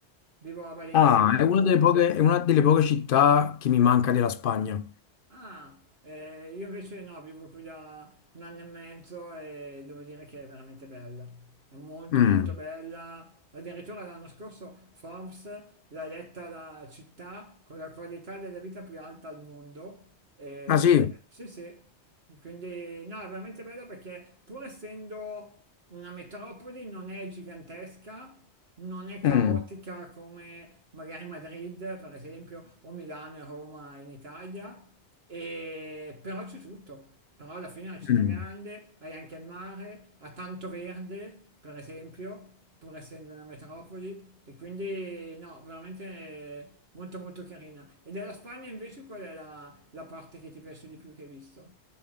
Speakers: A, on the right; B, on the left.
A: vivo a Valencia.
B: Ah, è una delle poche, è una delle poche città che mi manca della Spagna.
A: Ah, eh, io invece no, vivo qui da un anno e mezzo e devo dire che è veramente bella. È molto
B: Mm.
A: molto bella. Addirittura l'anno scorso Forbes l'ha eletta la città con la qualità della vita più alta al mondo. E,
B: Ah sì?
A: sì, sì. E quindi no, è veramente bella perché pur essendo una metropoli non è gigantesca, non è caotica
B: Mm.
A: come magari Madrid, per esempio, o Milano e Roma in Italia, e- Però c'è tutto. Però alla fine è una città
B: Mm.
A: grande, hai anche il mare, ha tanto verde, per esempio, pur essendo una metropoli, e quindi no, veramente molto molto carina. E della Spagna invece qual è la, la parte che ti piace di più che hai visto?